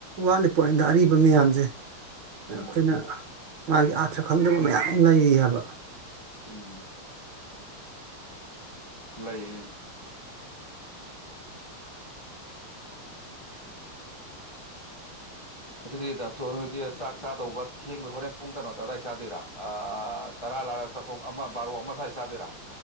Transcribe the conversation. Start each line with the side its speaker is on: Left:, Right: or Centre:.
Right: ꯋꯥꯠꯂꯤ ꯄꯣꯏꯟꯗ ꯑꯔꯤꯕ ꯃꯌꯥꯝꯁꯦ ꯑꯩꯈꯣꯏꯅ
Left: ꯎꯝ
Right: ꯃꯥꯒꯤ ꯑꯥꯔꯊ꯭ꯔ ꯈꯪꯗꯕ ꯃꯌꯥꯝ ꯂꯩꯔꯤ ꯍꯥꯏꯕ
Left: ꯎꯝ ꯂꯩ ꯑꯗꯨꯗꯤ ꯗꯥꯛꯇꯣꯔ ꯅꯖꯤꯗꯤ ꯆꯥꯛ ꯆꯥꯗꯧꯕ ꯊꯦꯡꯕꯩ ꯍꯣꯔꯦꯟ ꯄꯨꯡ ꯀꯩꯅꯣꯗ ꯑꯗꯥꯏ ꯆꯥꯗꯣꯏꯔꯥ ꯑꯥ ꯇꯔꯥ ꯂꯥꯔꯒ ꯆꯐ ꯑꯃ ꯕꯥꯔꯣ ꯑꯃ ꯁ꯭ꯋꯥꯏ ꯆꯥꯗꯣꯏꯔꯥ